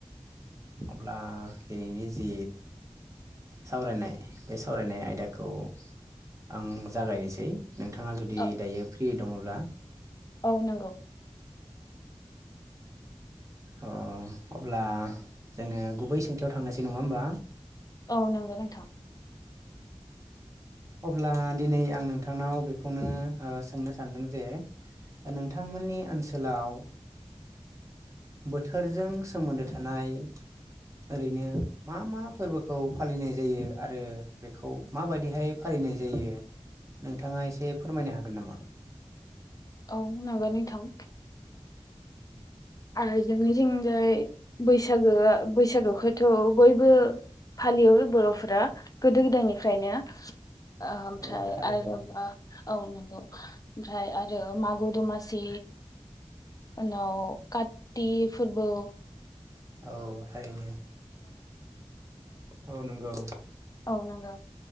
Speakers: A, on the right; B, on the left.
A: अब्ला दिनैनि जि सावरायनाय बे सावरायनाय आयदाखौ। आं जागायनोसै नोंथाङा जुदि
B: औ
A: दायो फ्रि दङब्ला।
B: औ नगौ।
A: अ अब्ला जोङो गुबै सोंथियाव थांनोसै नङा होमबा।
B: औ नंगो नोंथां।
A: अब्ला दिनै आं नोंथांनाव बेखौनो सोंनो सानदों जे। नोंथांमोननि ओनसोलाव बोथोरजों सोमोन्दो थानाय ओरैनो मा मा फोर्बोखौ फालिनाय जायो आरो बेखौ खौ माबायदिहाय फालिनाय जायो नोंथाङा एसे फोरमायनो हागोन नामा?
B: औ माबानि थां आरो जोंनिथिंजाय बैसागोआ बैसागोखौथ' बयबो फालियो बर'फोरा गोदो गोदायनिफ्रायनो ओमफ्राय
A: औ थारैनो
B: आरो औ नंगौ ओमफ्राय आरो मागो दमासि उनाव काथति फोर्बो
A: औ थारैनो औ नंगौ
B: औ नांगौ